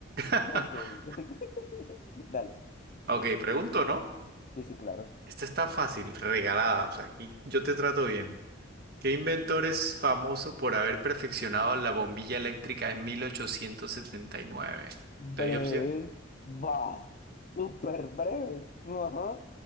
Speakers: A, on the right (about 50°); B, on the left (about 40°).
A: <laughs>
B: ok. <laughs> Dale,
A: Ok, pregunto, ¿no?
B: sí, sí, claro.
A: Esta está fácil, regalada, o sea, aquí yo te trato bien. ¿Qué inventor es famoso por haber perfeccionado la bombilla eléctrica en 1879?
B: Breve,
A: ¿Te di opción?
B: ¡Buf! súper breve. Ajá.